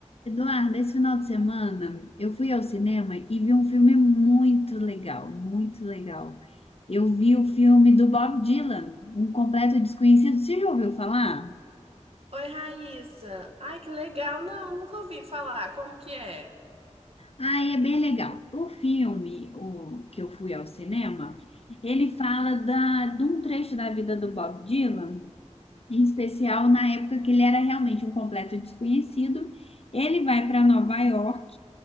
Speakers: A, on the left; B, on the right.
A: Eduardo, esse final de semana eu fui ao cinema e vi um filme muito legal, muito legal. Eu vi o filme do Bob Dylan, Um Completo Desconhecido. Você já ouviu falar?
B: Oi, Raíssa. Ai, que legal. Não, nunca ouvi falar. Como que é?
A: Ah, é bem legal. O filme, o que eu fui ao cinema, ele fala da, de um trecho da vida do Bob Dylan, em especial na época que ele era realmente um completo desconhecido. Ele vai para Nova York